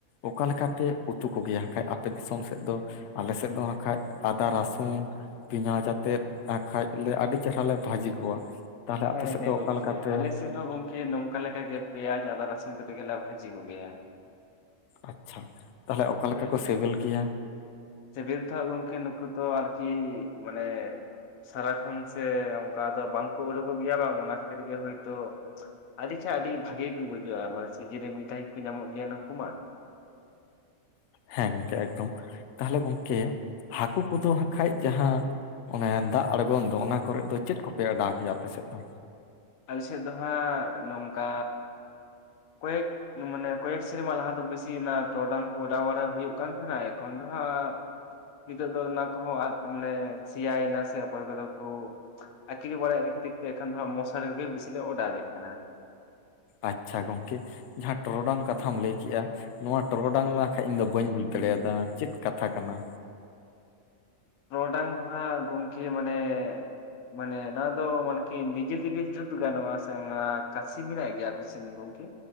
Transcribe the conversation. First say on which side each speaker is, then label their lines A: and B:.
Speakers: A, on the left; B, on the left.
A: ᱚᱠᱟ ᱞᱮᱠᱟ ᱯᱮ ᱩᱛᱩ ᱠᱚᱜᱮᱭᱟ ᱦᱟᱸᱠᱷᱟᱡ ᱟᱯᱮ ᱫᱤᱥᱚᱢ ᱥᱮᱜ ᱫᱚ? ᱟᱞᱮ ᱥᱮᱜ ᱫᱚ ᱦᱟᱸᱠᱷᱟᱡ ᱟᱫᱟ, ᱨᱟᱥᱩᱱ ᱯᱮᱸᱭᱟᱡᱽ ᱟᱛᱮᱫ ᱟᱸᱠᱷᱟᱡ ᱞᱮ ᱟᱹᱰᱤ ᱪᱮᱨᱦᱟ ᱞᱮ ᱵᱷᱟᱡᱤ ᱠᱚᱣᱟ᱾ ᱛᱟᱦᱚᱞᱮ ᱟᱯᱮ
B: ᱦᱮᱸ
A: ᱥᱮᱫ
B: ᱦᱮᱸ
A: ᱫᱚ ᱚᱠᱟ
B: ᱜᱚᱝᱠᱮ
A: ᱞᱮᱠᱟ ᱯᱮ
B: ᱟᱞᱮ ᱥᱮᱜ ᱦᱚᱸ ᱜᱚᱢᱠᱮ ᱱᱚᱝ ᱠᱟ ᱞᱮᱠᱟᱜᱮ ᱯᱮᱭᱟᱪ, ᱟᱫᱟ, ᱨᱟᱹᱥᱩᱱ ᱠᱟᱛᱮ ᱜᱮᱞᱮ ᱵᱷᱟᱡᱤ ᱠᱩ ᱜᱮᱭᱟ᱾
A: ᱟᱪᱪᱷᱟ, ᱛᱟᱦᱚᱞᱮ ᱚᱠᱟ
B: ᱦᱳᱭ
A: ᱞᱮᱠᱟ ᱠᱚ ᱥᱮᱵᱮᱞ ᱜᱮᱭᱟ?
B: ᱥᱤᱵᱤᱞ ᱛᱚ ᱦᱟᱸᱜ ᱜᱚᱝᱠᱮ ᱱᱩᱠᱩ ᱛᱚ ᱟᱨᱠᱤ ᱢᱟᱱᱮ ᱥᱟᱨᱟ ᱠᱷᱚᱱ ᱥᱮ ᱚᱝᱠᱟ ᱫᱚ ᱵᱟᱝᱠᱚ ᱩᱰᱳᱠᱚᱜ ᱜᱮᱭᱟ ᱵᱟᱝ, ᱚᱱᱟ ᱠᱷᱟᱹᱛᱤᱨ ᱜᱮ ᱦᱳᱭᱛᱳ ᱟᱹᱰᱤᱪᱷᱟ ᱟᱹᱰᱤ ᱵᱷᱟᱜᱤ ᱜᱮ ᱵᱩᱡᱟᱹᱜᱼᱟ ᱢᱟᱱᱮ ᱥᱤᱡᱤᱱ ᱨᱮ ᱢᱤᱫ ᱫᱷᱟᱣ ᱜᱮᱠᱚ ᱧᱟᱢᱚᱜ ᱜᱮᱭᱟ ᱱᱩᱠᱩ ᱢᱟ
A: ᱦᱮᱸ ᱜᱚᱢᱠᱮ ᱮᱠᱫᱚᱢ ᱛᱟᱦᱚᱞᱮ ᱜᱚᱢᱠᱮ
B: ᱦᱮᱸ
A: ᱦᱟᱹᱠᱩ ᱠᱚᱫᱚ ᱦᱟᱠᱷᱟᱡ ᱡᱟᱦᱟᱸ ᱚᱱᱮ ᱫᱟᱜ ᱟᱲᱜᱚᱱ ᱫᱚ ᱚᱱᱟ ᱠᱚᱨᱮᱫ ᱫᱚ ᱪᱮᱫ ᱠᱚᱯᱮ ᱚᱰᱟᱣ ᱠᱮᱭᱟ ᱟᱯᱮᱥᱮᱫ ᱫᱚ?
B: ᱟᱞᱮᱥᱮᱫ ᱫᱚ ᱦᱟᱸᱜ ᱱᱚᱝᱠᱟ ᱠᱚᱭᱮᱠ ᱢᱟᱱᱮ ᱠᱚᱭᱮᱠ ᱥᱮᱨᱢᱟ ᱞᱟᱦᱟ ᱫᱚ ᱵᱤᱥᱤ ᱴᱚᱨᱚᱰᱟᱝ ᱠᱚ ᱚᱰᱟᱣ ᱵᱟᱲᱟ ᱦᱩᱭᱩᱜ ᱠᱟᱱ ᱛᱟᱦᱮᱸᱱᱟ ᱮᱠᱷᱚᱱ ᱫᱚ ᱦᱟᱸᱜ ᱱᱤᱛᱚᱜ ᱫᱚ ᱚᱱᱟ ᱠᱚᱦᱚᱸ ᱟᱫ ᱢᱟᱱᱮ ᱥᱮᱭᱟᱭᱮᱱᱟ ᱥᱮ ᱚᱠᱚᱭ ᱠᱚᱫᱚ ᱠᱚ ᱟᱹᱠᱷᱨᱤ ᱵᱟᱲᱟᱭᱮᱫ ᱠᱷᱟᱹᱛᱤᱨ ᱛᱮ ᱮᱠᱷᱮᱱ ᱫᱚ ᱦᱟᱸ ᱢᱚᱥᱟᱨᱤᱜᱮ ᱵᱤᱥᱤ ᱞᱮ ᱚᱰᱟᱣᱮᱜ ᱠᱟᱱᱟ
A: ᱟᱪᱪᱷᱟ ᱜᱚᱢᱠᱮ ᱡᱟᱦᱟᱸ ᱴᱚᱨᱚᱰᱟᱝ
B: ᱦᱳᱭ
A: ᱠᱟᱛᱷᱟᱢ ᱞᱟᱹᱭ ᱠᱮᱜᱼᱟ ᱱᱚᱣᱟ ᱴᱚᱨᱚᱰᱟᱝ
B: ᱦᱮᱸ
A: ᱱᱟᱠᱷᱟᱡ ᱤᱧ ᱫᱚ ᱵᱟᱹᱧ ᱵᱩᱡ ᱫᱟᱲᱮᱭᱟᱫᱟ ᱪᱮᱫ ᱠᱟᱛᱷᱟ ᱠᱟᱱᱟ?
B: ᱴᱚᱨᱚᱰᱟᱝ ᱫᱚ ᱦᱟᱜ ᱜᱚᱢᱠᱮ ᱢᱟᱱᱮ ᱢᱟᱱᱮ ᱱᱚᱣᱟ ᱫᱚ ᱢᱟᱱᱠᱤ ᱱᱤᱡᱮ ᱛᱮᱜᱮ ᱡᱩᱛ ᱜᱟᱱᱚᱜᱼᱟ ᱥᱮ ᱚᱱᱟ ᱠᱟᱥᱤ ᱢᱮᱱᱟᱜ ᱜᱮᱭᱟ ᱟᱯᱮᱥᱮᱫ ᱜᱚᱢᱠᱮ?